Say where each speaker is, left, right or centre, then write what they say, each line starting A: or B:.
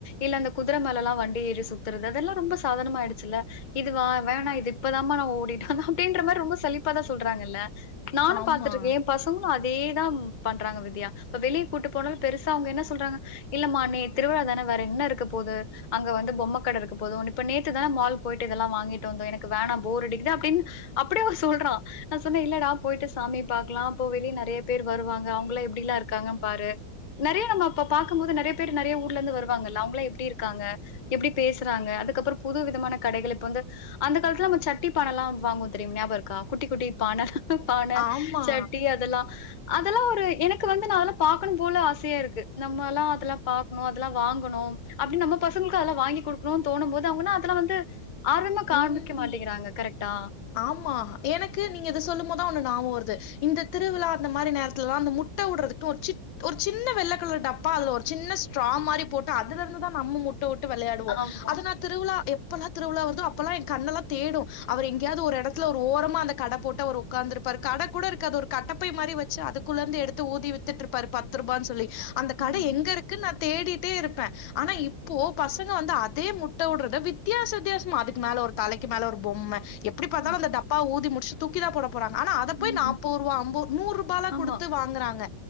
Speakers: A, on the left; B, on the left.
A: இல்ல அந்த குதிர மேல எல்லா வண்டி ஏறி சுத்துறது அதெல்லா ரொம்ப சாதாரனமா ஆயிடுச்சுல்ல இது வா வேணா இது இப்பதாம நா ஓடிட்டே அப்டின்ற மாதிரி ரொம்ப சழிப்பாதா சொல்றாங்க இல்ல நானு
B: ஆமா,
A: பாத்துருக்கே ஏ பசங் ங்களு அதேதா பண்றாங்க வித்யா இப்ப வெளியே கூப்டு போனாலு பெருசா அவங்க என்ன சொல்றாங்க இல்லமா நீ திருவிழாதானே வேற என்ன இருக்கு போகுது அங்க வந்து பொம்ம கட இருக்கு போது இப்ப நேத்து தானே மால் போயிட்டு இதெல்லா வாங்கிட்டு வந்தோ எனக்கு வேணா போர் அடிக்குது அப்டின் அப்டியே அவ சொல்றா நா சொன்னே இல்லடா போயிட்டு சாமிய பாக்கலா அப்போ வெளிய நெறையா பேர் வருவாங்க அவுங்களா எப்டில்லா இருக்காங்க பாரு நெறையா நம்ம அப்ப பாக்கும் போது நெறையா பேர் நெறையா ஊர்ல இருந்து வருவாங்கல்ல அவுங்கள எ எப்டி இருக்காங்க எப்டி பேசுறாங்க அதுக்கப்றோ புது விதமான கடைகள் இப்ப வந்து அந்த காலத்துல நம்ம சட்டி பான எல்லா வாங்குவோ தெரியு ஞாபகோருக்கா குட்டி குட்டி பான பான
B: ஆமா.
A: சட்டி அதெல்லா அதெல்லா ஒரு எனக்கு வந்து நா அதெல்லா பாக்கணும் போல ஆசையா இருக்கு நம்ம எல்லா அதெல்லா பாக்கணு அதெல்லா வாங்கணு அப்டின்னு நம்ம பசங்களுக்கு அதெல்லா வாங்கி குடுக்கணும்னு தோணும்போது அவங்கென்னா அதெல்லா வந்து ஆர்வமே காண்பிக்க
B: ம்.
A: மாட்டேங்கிறாங்க கரெக்டா
B: ஆமா எனக்கு நீங்க இத சொல்லும் போதுதா ஒன்னு ஞாபகோ வருது இந்த திருவிழாந்த மாதிரி நேரத்துலல்லா அந்த மு ட்ட விட்றதுக்குக்கு ஒரு சி ஒரு சின்ன வெள்ள கலர் டப்பா அதுல ஒரு சின்ன ஸ்ட்ரா மாதிரி போட்டு அதுல இருந்துதா நம்ம முட் ட்ட விட்டு விளையாடுவோ
A: ஆமா.
B: அதனா திருவிழா எப்பெல்லா திருவிழா வருதோ அப் ல்லா ஏ கண்ணெல்லா தேடு அவர் எங்கேயாவது ஒரு எடத்துல ஒரு ஓரமா அந்த கட போட்டு அவர் ஒக்காந்துருப்பார் கட கூட இருக்காது ஒரு கட்டப்பை மாரி வச்சு அதுக்குள்ள இருந்து எடுத்து ஊதிவித்து இருப்பாரு பத்து ரூபானு சொல்லி அந்த கட
A: ம்.
B: எங்க இருக்குனு நா தேடிட்டே இருப்பே ஆனா இப்போ பசங்க வந்து அதே முட்ட விடுறத வித்தியாச வித்தியாசமா அது மேல ஒரு தலைக்கு மேல ஒரு பொம்ம எப்டி பாத்தாலு
A: அ.
B: அந்த டப்பாவ ஊதி முடிச்சு தூக்கி தா போட போறாங்க ஆனா அத போயி
A: ம்.
B: நாப்போரூபா அம்போரூபா நூறு ரூபாலா
A: ஆமா,
B: குடுத்து வாங்குறாங்க